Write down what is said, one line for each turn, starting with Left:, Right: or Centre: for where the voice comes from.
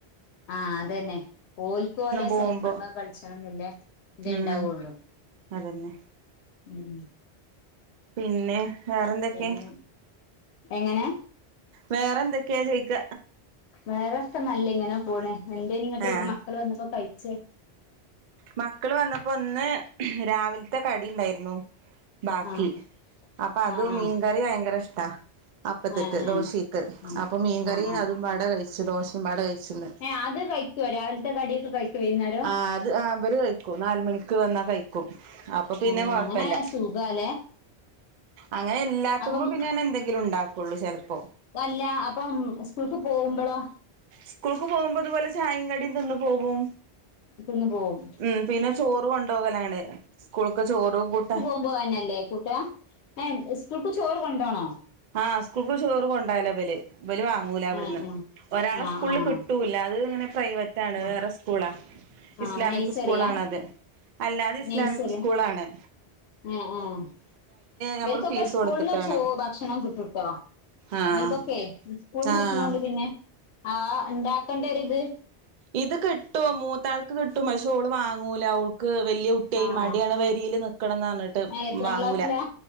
Left: ആഹ അതന്നെ ഓൽക്കോലെ
Right: പോകുമ്പോ
Left: സൈക്കിളമ കളിച്ചണന്ന്ല്ലേ ഇതെണ്ടാവുള്ളു
Right: ഉം അതന്നെ
Left: ഉം
Right: പിന്നെ വേറെന്തൊക്കെ
Left: <unintelligible> എങ്ങനെ
Right: വേറെ എന്തൊക്കെയാ ചോയിക്ക
Left: വേറെസ്ഥ നല്ല ഇങ്ങനെ പോണ് എന്തേനി ഇങ്ങട്ട്
Right: ആഹ്
Left: മക്കള് വന്നപ്പോ കഴിച്ചേ
Right: മക്കള് വന്നപ്പോ ഇന്ന് രാവിലെ ത്തെ കടി ഉണ്ടായിരുന്നു ബാക്കി
Left: ആഹ്
Right: അപ്പൊ അതും
Left: ആഹ് ആഹ്
Right: മീൻകറി ഭയങ്കര ഇഷ്ടാ അപ്പത്തേത്ത്
Left: ആഹ് ആഹ്
Right: ദോശക്ക്
Left: ആഹ്
Right: അപ്പൊ മീൻകറി
Left: ആഹ് ആഹ്
Right: അതും വാട കഴിച്ചു ദോശയും വാട കഴിച്ചിന്ന്
Left: ഏഹ് അത് കഴിക്കോ രാവിലത്തെ കടിയൊക്കെ കഴിക്കോ വൈന്നേരം
Right: ആ അത് ആഹ് ഇവര് കഴിക്കും ക്കും നാലുമണിക്ക് വന്നാ കഴിക്കും അപ്പൊ പിന്നെ
Left: ആഹ്
Right: കൊഴപ്പല്ല
Left: അങ്ങനെ സുഖാല്ലേ
Right: അങ്ങനെ ഇല്ലാത്തുമ്പോ
Left: അപ്പം
Right: പിന്നെനെന്തെങ്കിലും ഉണ്ടാക്കുള്ളൂ ചെലപ്പോ
Left: അല്ല അപ്പം സ്കൂൾക്ക് പോകുമ്പളോ
Right: സ്കൂൾക്ക് പോകുമ്പോതുപോലെ ചായീങ്കടി തിന്ന് പോകും
Left: തിന്ന് പോവും
Right: ഉം പിന്നെ ചോറ് കൊണ്ടകലാണ് സ്കൂൾക്ക് ചോറും കൂട്ടാ
Left: പോകാന്നല്ലേ കൂട്ടാ ഏഹ് സ്കൂൾക് ചോറ് കൊണ്ടോണോ
Right: ആഹ് സ്കൂൾക്ക് ചോറ് കൊണ്ടോവല ബല് ഇവല് വാങ്ങൂല അവിടുന്ന്
Left: ഏഹ് ഏഹ്
Right: ഒരാളെ
Left: ആഹ്
Right: സ്കൂളിൽ
Left: ആഹ്
Right: കിട്ടൂല അത് ഇങ്ങനെ പ്രൈവ റ്റാണ്
Left: ആഹ്
Right: വേറെ സ്കൂളാ ഇസ്ലാമിക്
Left: ആഹ് നൈസറിയാ
Right: സ്കൂള ആണത് അല്ലാതെ ഇസ്ലാമിക്
Left: നൈസറിയാ
Right: സ്കൂൾ ആണ്
Left: ഏഹ് ഏഹ്
Right: നമ്മള്
Left: ഇവര് ക്കൊക്കെ
Right: ഫീസ്
Left: സ്കൂൾന്ന്
Right: കൊടുത്തിട്ടാണ്
Left: ചോ ഭക്ഷണം കിട്ടുട്ടോ
Right: ആഹ്
Left: ബൽക്കൊക്കെ സ്കൂളന്ന്
Right: ആഹ്
Left: കിട്ടുണോണ്ട് പിന്നെ ആ ഇണ്ടാക്കണ്ടരുത്
Right: ഇത് കിട്ടും മൂത്താൾക്ക് കിട്ടും പക്ഷേ ഓള് വാങ്ങൂല ഓ ക്ക് വല്യ കുട്ടിയായി
Left: ആഹ്
Right: മടിയാണ് വരിൽ നിക്കണംന്ന് പറഞ്ഞിട്ട്
Left: എത്രാം
Right: വാങ്ങൂല
Left: ക്ലാസ്സിലാ